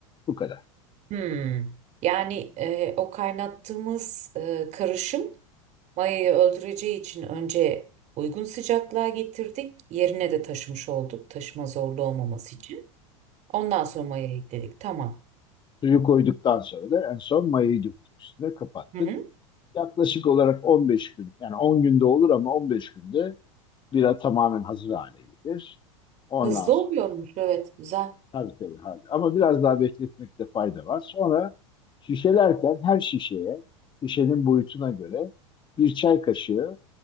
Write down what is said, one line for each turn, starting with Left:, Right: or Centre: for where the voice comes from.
Left: Bu kadar.
Right: Hı. Yani e, o kaynattığımız e, karışım mayayı öldüreceği için önce uygun sıcaklığa getirdik. Yerine de taşımış olduk. Taşıma zorlu olmaması için. Ondan sonra mayayı ekledik. Tamam.
Left: Suyu koyduktan sonra da en son mayayı döktük üstüne kapattık.
Right: Hı hı.
Left: Yaklaşık olarak 15 gün yani 10 günde olur ama 15 günde bira tamamen hazır hale gelir. Ondan
Right: Hızlı
Left: sonra
Right: oluyormuş. Evet, güzel.
Left: tabii tabii hadi. Ama biraz daha bekletmekte fayda var. Sonra şişelerken her şişeye şişenin boyutuna göre bir çay kaşığı